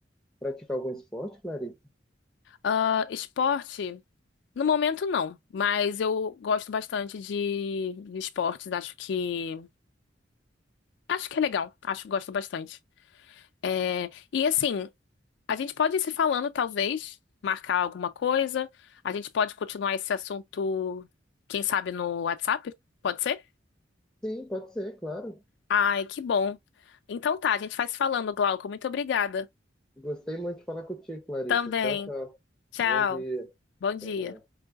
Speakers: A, in the centre; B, on the left.
A: praticar algum esporte, Clarissa?
B: Ah, esporte, no momento não, mas eu gosto bastante de, de esportes, acho que acho que é legal, acho que gosto bastante. É, e assim, A gente pode ir se falando, talvez, marcar alguma coisa. A gente pode continuar esse assunto, quem sabe, no WhatsApp? Pode ser?
A: Sim, pode ser, claro.
B: Ai, que bom. Então tá, a gente vai se falando, Glauco. Muito obrigada.
A: Gostei muito de falar contigo, Clarissa.
B: Também.
A: Tchau, tchau.
B: Tchau.
A: Bom dia.
B: Bom dia.
A: Tchau.